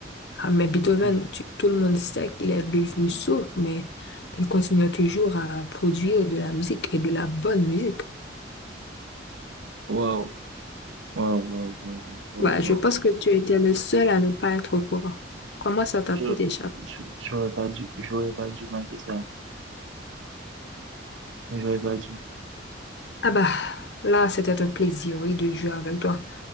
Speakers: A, on the left; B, on the right.
A: Ah, mais Beethoven,
B: Je-
A: tu- tout le monde sait qu'il est devenu sourd, mais il continue toujours à produire de la musique et de la bonne musique.
B: Waouh, waouh, waouh, waouh, waouh,
A: Ouais,
B: waouh,
A: je pense
B: waouh.
A: que tu étais le seul à ne pas être au courant. Comment ça t'a
B: je-
A: pu t'échapper?
B: je- J'aurais pas dû, j'aurais pas dû manquer ça. J'aurais pas dû.
A: Ah bah, là, c'était un plaisir, oui, de jouer avec toi.